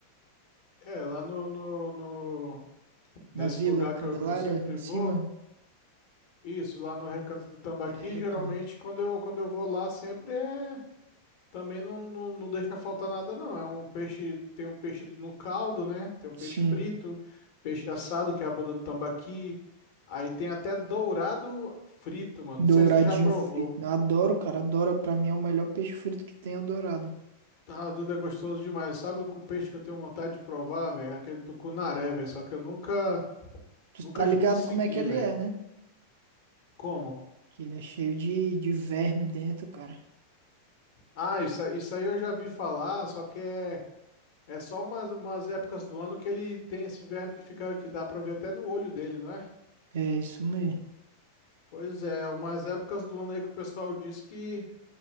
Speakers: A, on the left; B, on the right.
A: É, lá no, no, no- nesse
B: na Vila
A: lugar
B: Candelária,
A: que eu, que eu sempre
B: em cima
A: vou, isso, lá no Recanto do Tambaqui,
B: é Recanto.
A: geralmente quando eu, quando eu vou lá, sempre é. Também não, não, não deixa faltar nada, não. É um peixe, tem um peixe no caldo, né? Tem um peixe
B: Sim,
A: frito, peixe assado, que é a bunda do tambaqui. Aí tem até dourado frito, mano.
B: douradinho
A: Não sei se tu já provou.
B: frito. Eu adoro, cara, adoro. Pra mim é o melhor peixe frito que tem, é o dourado.
A: Tá, doido, é gostoso demais. Sabe o peixe que eu tenho vontade de provar, velho? É Aquele tucunaré, velho. Só que eu nunca,
B: Tu
A: nunca
B: tá ligado
A: consegui,
B: como é que ele
A: velho.
B: é, né?
A: Como?
B: Que ele é cheio de, de verme dentro, cara.
A: Ah, isso, aí- isso aí eu já vi falar, só que é, é só umas, umas épocas do ano que ele tem esse verme que fica, que dá pra ver até no olho dele, não é?
B: É isso mesmo.
A: Pois é, umas épocas do ano aí que o pessoal diz que,